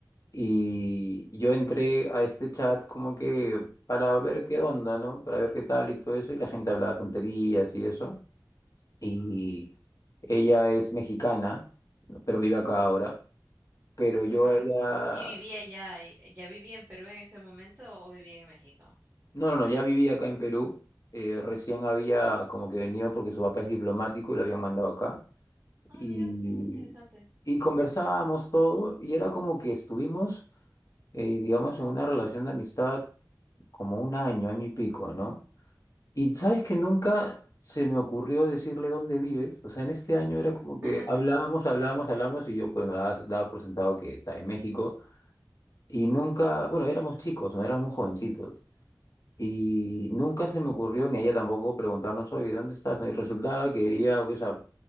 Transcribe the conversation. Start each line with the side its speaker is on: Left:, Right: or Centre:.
Left: y yo entré a este chat como que para ver qué onda, ¿no? Para ver qué tal y todo eso, y la gente hablaba tonterías y eso, y ella es mexicana, ¿no? pero vive acá ahora, pero yo
Right: Ajá.
Left: a ella
Right: ¿Y vivía ya, eh, ya vivía en Perú en ese momento o vivía en México?
Left: No, no, no, ya vivía acá en Perú. eh, recién había como que venido porque su papá es diplomático y lo habían mandado acá.
Right: Ah,
Left: Y,
Right: mira, qué bu- interesante.
Left: y conversábamos todo y era como que estuvimos, eh, digamos, en una relación de amistad como un año, año y pico, ¿no? Y sabes que nunca se me ocurrió decirle dónde vives. O sea, en este año era como que
Right: <laughs>
Left: hablábamos, hablábamos, hablábamos y yo pues daba, daba por sentado que está en México. Y nunca, bueno, éramos chicos, no éramos jovencitos. Y nunca se me ocurrió, ni a ella tampoco, preguntarnos, oye, ¿dónde estás? ¿no? Y resultaba que ella, pues, a